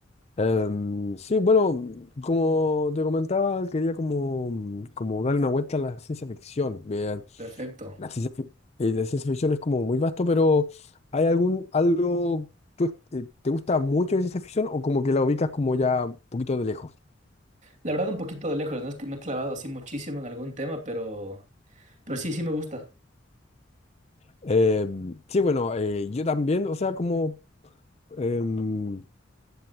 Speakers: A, on the left; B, on the right.
A: Em, sí, bueno, como te comentaba, quería como, como darle una vuelta a la ciencia ficción. Vean,
B: Perfecto.
A: la ciencia, fic- eh, la ciencia ficción es como muy vasto, pero ¿hay algún algo tú, eh, te gusta mucho la ciencia ficción o como que la ubicas como ya un poquito de lejos?
B: La verdad un poquito de lejos, no es que me he clavado así muchísimo en algún tema, pero pero sí, sí me gusta.
A: Em, sí, bueno, eh, yo también, o sea, como... em,